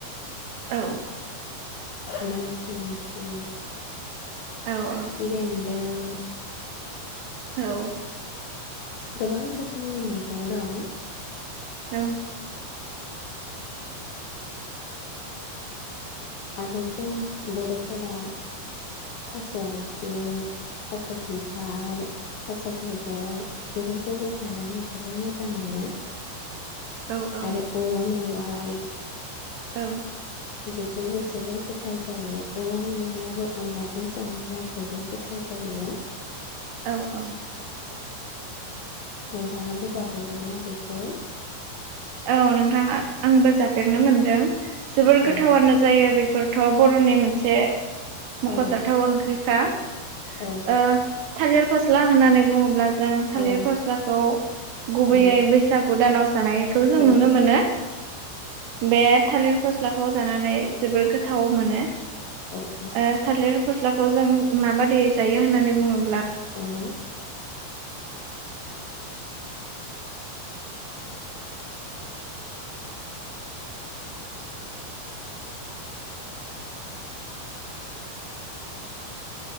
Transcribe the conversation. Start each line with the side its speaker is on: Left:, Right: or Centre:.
Right: औ।
Left: माइसुन्द्रि
Right: औ औ
Left: खिफि बेन दों
Right: औ।
Left: गोबां रोखोमनि मैगं दं
Right: औ।
Left: आरो जों बर 'फोरा थास आयथिं, थास बिबार, थास बेदर बेफोरखौबो जानानै जोबोर मोजां मोनो
Right: औ
Left: आरो औवा मेवा याइ
Right: औ।
Left: बेफोरबो जोबोर गोथाव जायो। औवा मेवायाबो अनलाजों सङोब्ला जोबोर गोथाव जायो।
Right: औ औ।
Left: नोंथाङाबो जाफेरबायना बेखौ?
Right: औ नोंथाङा आंबो जाफेरनो मोनदों। जोबोर गोथावानो
Left: औ
Right: जायो बे फोरथ बर'नि मोनसे मख
Left: औ
Right: 'जाथाव ओंख्रि हा ओ
Left: औ
Right: थालिर फस्ला होननानै बुङोब्ला जों थालिर
Left: औ
Right: फस्लाखौ गुबैयै
Left: औ
Right: बैसागु दानाव जानाय जों
Left: औ
Right: नुनो मोनो। बे थालि फस्लाखौ जानानै जोबोर गोथाव मोनो ओ
Left: औ औ
Right: थालिर फस्ला खौ जों माबादि जायो होननानै बुङोब्ला
Left: औ